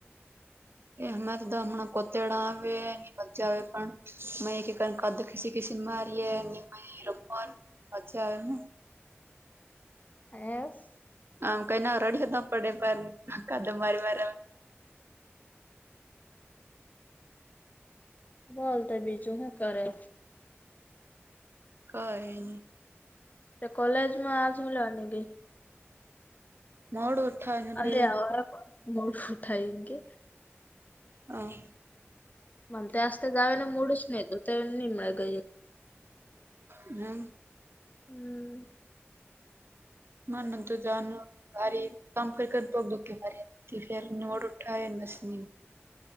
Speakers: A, on the right (about 55°); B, on the left (about 35°).
A: એ હમે તોધા હમણાં કોતેડા આવે ન મચા આવે પણ અ એક કદ <inaudible> એ કે સિમા આ ર રમન હ
B: હેસ
A: આમ ક ના રેડી હતા પડે કદ મારીવા
B: બોલ તો બીજું હું કરે.
A: કાહે ની
B: તે કોલેજમાં આજ હું લવાની ગઈ
A: મોડું ઉઠાય એટલે
B: અલે આ મોડું થાય કે.
A: હા
B: મ આતા <inaudible> ગાવના મોડ જ નહ તો નિમ ગ
A: હમ
B: હમ
A: મ ન તોર જનું ભારે કામ કર કર બોગ ડ કે ભારે તે ફેર નોટ ઉઠા એ નસની